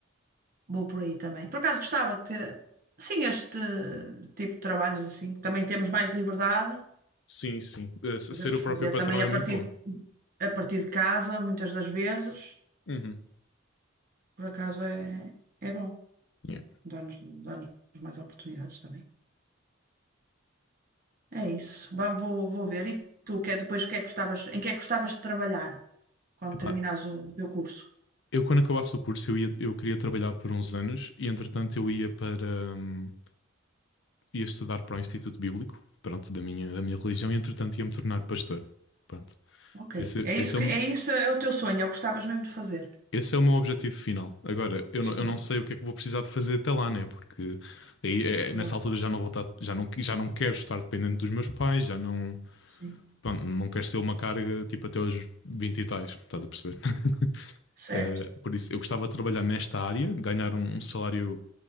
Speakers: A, on the right; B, on the left.
A: Vou por aí também. Por acaso gostava de ter, sim, este tipo de trabalhos assim, que também temos mais liberdade,
B: Sim, sim. Eh, se-
A: podemos
B: Ser o próprio
A: fazer
B: patrão
A: também
B: é
A: a
B: muito
A: partir
B: bom.
A: de, a partir de casa, muitas das vezes.
B: Uhum.
A: Por acaso é, é bom,
B: Yeah.
A: dá-nos dá-nos mais oportunidades também. É isso, vamos, vou, vou ver. E tu, que é depois o que é que gostavas, em que é que gostavas de trabalhar quando
B: Epá,
A: terminares o, o teu curso?
B: eu quando acabasse o curso eu ia, eu queria trabalhar por uns anos e entretanto eu ia para hum, ia estudar para o Instituto Bíblico, pronto, da minha, da minha religião e entretanto ia me tornar pastor. Pronto.
A: Ok,
B: Esse,
A: é
B: esse
A: isso
B: é
A: que
B: o,
A: é isso é o teu sonho, é o que gostavas mesmo de fazer.
B: esse é o meu objetivo final. Agora, eu
A: Sim,
B: não, eu não sei o que é que vou precisar de fazer até lá, né? Porque aí, é,
A: claro,
B: nessa altura já não vou estar, já não, já não quero estar dependente dos meus pais, já não,
A: sim,
B: pronto, não quero ser uma carga tipo até aos 20 e tais, estás a perceber? <laughs>
A: certo,
B: Eh, por isso, eu gostava de trabalhar nesta área, ganhar um, um salário